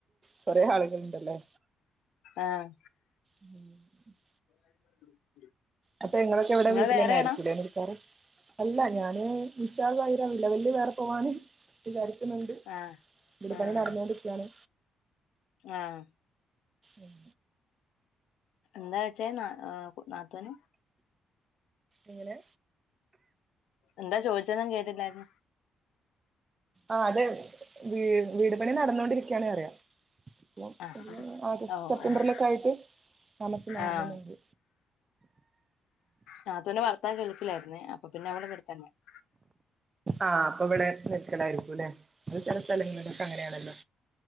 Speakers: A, on the right (about 30°); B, on the left (about 80°).
A: കൊറെ ആളുകള്ണ്ടല്ലേ?
B: ആഹ്
A: ഉം ഉം
B: <inaudible>
A: അപ്പം ഇങ്ങളൊക്കെ ഇവടെ
B: നിങ്ങള്
A: വീട്ടിലെന്നായിരിക്കുല്ലേ
B: വേറെയാണോ
A: നിൽക്കാറ്? അല്ല ഞാന് വിഷാഖായിര വില്ല വല്ലി വേറെ പോവാന് വിചാരിക്ക്ണ് ണ്ട്
B: ആഹ്
A: വീട്
B: ആഹ്
A: പണി നടന്നോണ്ടിരിക്കാണ്.
B: ആഹ്
A: ഉം
B: എന്താ ചോയ്ച്ചേ ന ആഹ് നാത്തൂന്?
A: എങ്ങനെ?
B: എന്താ ചോദിച്ചെന്ന് കേട്ടില്ലാരുന്നു.
A: ആഹ് അത് വീ വീടുപണി നടന്നോണ്ടിരിക്കാണ് അറ്യ. <unintelligible>
B: ആഹ് ഓഹ്
A: സെപ്റ്റംബറിലൊക്കായിട്ട്
B: ഓഹ്
A: താമസം മാറണന്നുണ്ട്.
B: ആഹ് നാത്തൂൻ്റെ വർത്താനം കേട്ടിലേ പിന്നെ അപ്പൊ പിന്നെ <unintelligible>
A: ആ അപ്പ ഇവടെ നിൽക്കലായിരിക്കുല്ലേ? അത് ചെല സ്ഥലങ്ങളിലക്കെ അങ്ങനെ ആണല്ലോ.